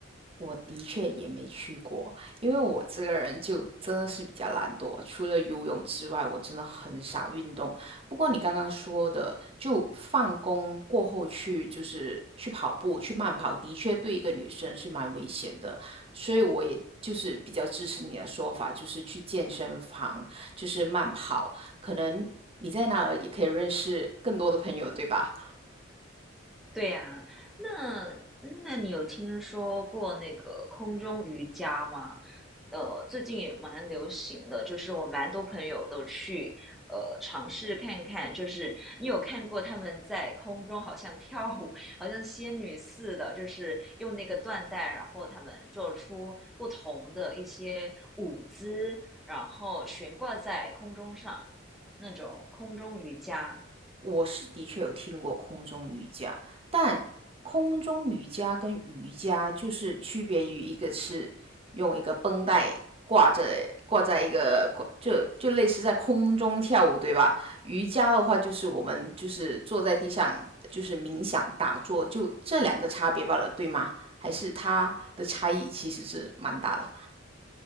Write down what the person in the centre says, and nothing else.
对呀，那那你有听说过那个空中瑜伽吗？呃，最近也蛮流行的，就是我蛮多朋友都去呃尝试看看，就是你有看过他们在空中好像跳舞，好像仙女似的，就是用那个缎带，然后他们做出不同的一些舞姿，然后悬挂在空中上，那种空中瑜伽。